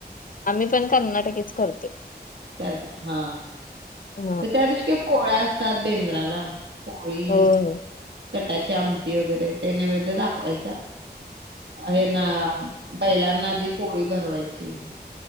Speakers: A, on the left; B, on the right.
A: आम्ही पण कर्नाटकीच करतोय.
B: करता हा
A: हा
B: त्या दिवशी काय पोळ्या आस त्यात बेंद्राला पोळी
A: होय हो
B: कटाची आमटी वगैरे ते नैवेद दाखवायचा हे ना बैलांना आधी पोळी भरवायची